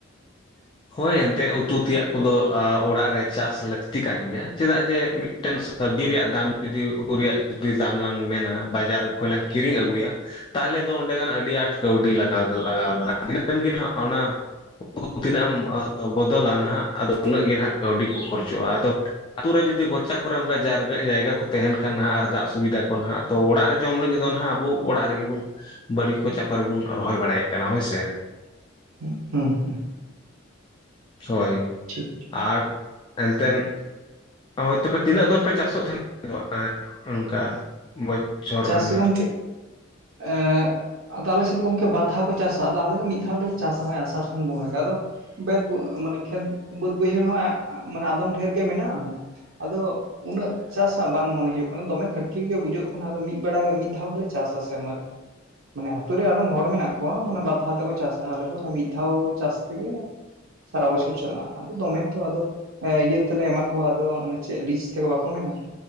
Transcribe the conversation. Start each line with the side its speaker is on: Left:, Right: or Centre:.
Right: <inaudible>
Left: ᱦᱳᱭ ᱮᱱᱛᱜ ᱩᱛᱩ ᱛᱮᱭᱟᱜ ᱠᱚᱫᱚ ᱟ ᱚᱲᱟᱜ ᱨᱮ ᱪᱟᱥ ᱞᱟᱹᱠᱛᱤ ᱠᱟᱱ ᱜᱮᱭᱟ᱾ ᱪᱮᱫᱟᱜ ᱡᱮ ᱢᱤᱫᱴᱮᱱ ᱥᱚᱵᱽᱡᱤ ᱨᱮᱭᱟᱜ ᱫᱟᱢ ᱡᱩᱫᱤ ᱩᱛᱩ ᱨᱮᱭᱟᱜ ᱡᱩᱫᱤ ᱫᱟᱢ ᱞᱟᱝ ᱢᱮᱱᱟ ᱵᱟᱡᱟᱨ ᱠᱷᱚᱱ ᱞᱟᱝ ᱠᱤᱨᱤᱧ ᱟᱹᱜᱩᱭᱟ ᱛᱟᱦᱚᱞᱮ ᱫᱚ ᱚᱸᱰᱮ ᱜᱟᱱ ᱟᱹᱰᱤ ᱟᱸᱴ ᱠᱟᱹᱣᱰᱤ ᱞᱟᱜᱟᱣ ᱜᱮ ᱞᱟᱜᱟᱣ ᱞᱮᱱᱟ ᱫᱤᱱᱟᱹᱢ ᱜᱮ ᱱᱟᱦᱜ ᱚᱱᱟ ᱛᱤᱱᱟᱹ <inaudible> ᱜ ᱮᱢ ᱵᱚᱫᱚᱞᱟ ᱱᱟᱦᱟᱜ ᱟᱫᱚ ᱩᱱᱟᱹᱜ ᱜᱮ ᱱᱟᱜ ᱠᱟᱹᱣᱰᱤ ᱠᱚ ᱠᱷᱚᱨᱚᱪᱚᱜᱼᱟ ᱟᱫᱚ ᱟᱛᱳ ᱨᱮ ᱡᱩᱫᱤ ᱜᱚᱪᱟ ᱠᱚᱨᱮ ᱚᱱᱠᱟ ᱡᱟᱨᱜᱟ ᱠᱟᱭᱜᱟ ᱠᱚ ᱛᱮᱦᱮᱱ ᱠᱷᱟᱱ ᱱᱟᱦᱟᱜ ᱟᱨ ᱫᱟᱜ ᱥᱩᱵᱤᱫᱷᱟ ᱠᱚ ᱱᱟᱦᱟᱜ ᱛᱚ ᱚᱲᱟᱜ ᱨᱮ ᱡᱚᱢ ᱞᱟᱹᱜᱤᱫ ᱫᱚ ᱱᱟᱦᱟᱜ ᱟᱵᱚ ᱚᱲᱟᱜ ᱨᱮᱜᱮ ᱵᱚᱱ ᱵᱟᱲᱜᱮ ᱠᱚᱪᱟ ᱠᱚᱨᱮᱵᱚᱱ ᱨᱚᱦᱚᱭ ᱵᱟᱲᱟᱭᱮᱫ ᱠᱟᱱᱟ ᱦᱳᱭᱥᱮ᱾
Right: ᱦᱩᱸ ᱦᱩᱸ᱾
Left: ᱦᱳᱭ
Right: ᱴᱷᱤᱠ ᱴᱷᱤᱠ
Left: ᱟᱨ ᱮᱱᱛᱮᱱ ᱦᱳᱭ ᱛᱚᱵᱮ ᱛᱤᱱᱟᱹᱜ ᱫᱚᱢ ᱯᱮ ᱪᱟᱥ ᱚᱜ ᱛᱟᱦᱮᱱᱟ ᱚᱱᱠᱟ <unintelligible>
Right: ᱪᱟᱥ
Left: ᱱᱟᱦᱟᱜ
Right: ᱜᱚᱝᱠᱮ ᱮᱸ-ᱜ? ᱟᱫᱚ ᱟᱞᱮ ᱥᱮᱫ ᱫᱚ ᱜᱚᱝᱠᱮ ᱵᱟᱨ ᱫᱷᱟᱣ ᱠᱚ ᱪᱟᱥᱼᱟ, ᱟᱫᱚ ᱟᱞᱮ ᱫᱚ ᱢᱤᱫ ᱫᱷᱟᱣ ᱜᱮᱞᱮ ᱪᱟᱥᱼᱟ ᱦᱚᱸᱜᱼᱚᱭ ᱟᱥᱟᱲ ᱥᱟᱱ ᱵᱚᱸᱜᱟ ᱜᱮ ᱟᱫᱚᱼᱼ ᱵᱮᱫᱽ ᱢᱟᱱᱮ ᱠᱷᱮᱛ ᱵᱟᱹᱫᱽ ᱵᱟᱹᱭᱦᱟᱹᱲ ᱦᱚᱸ ᱢᱟᱱᱮ ᱟᱫᱚᱢ ᱰᱷᱮᱨ ᱜᱮ ᱢᱮᱱᱟᱜᱼᱟ᱾ ᱟᱫᱚ ᱩᱱᱟᱹᱜ ᱪᱟᱥ ᱦᱟᱸᱜ ᱵᱟᱝ ᱢᱚᱱᱮ ᱦᱳᱭᱳᱜ ᱠᱟᱱᱟ ᱫᱚᱢᱮ ᱠᱷᱟᱹᱴᱞᱤ ᱜᱮ ᱵᱩᱸᱡᱚᱜᱼᱼ ᱚᱱᱟ ᱫᱚ ᱢᱤᱫ ᱵᱮᱲᱟ ᱢᱤᱫ ᱫᱷᱟᱣ ᱜᱮᱞᱮ ᱪᱟᱥ-ᱟ ᱥᱮᱨᱢᱟ ᱨᱮ᱾ ᱢᱟᱱᱮ ᱟᱹᱛᱳ ᱨᱮ ᱟᱫᱚᱢ ᱦᱚᱲ ᱢᱮᱱᱟᱜ ᱠᱚᱣᱟ ᱢᱟᱱᱮ ᱵᱟᱨ ᱫᱷᱟᱣ ᱛᱮᱠᱚ ᱪᱟᱥ-ᱟ, ᱟᱞᱮ ᱫᱚ ᱢᱤᱫ ᱫᱷᱟᱣ ᱪᱟᱥ ᱛᱮᱜᱮ ᱥᱟᱨᱟ ᱵᱚᱪᱷᱚᱨ ᱪᱟᱞᱟᱜ-ᱟ ᱟᱫᱚ ᱫᱚᱢᱮ ᱛᱚ ᱟᱫᱚᱼᱼ ᱮ ᱤᱭᱟᱹ ᱛᱮᱞᱮ ᱮᱢᱟ ᱠᱚᱣᱟ ᱟᱫᱚ ᱚᱱᱮ ᱪᱮᱫ ᱞᱤᱡᱽ ᱛᱮᱠᱚ ᱵᱟᱠᱚ ᱢᱮᱱᱟ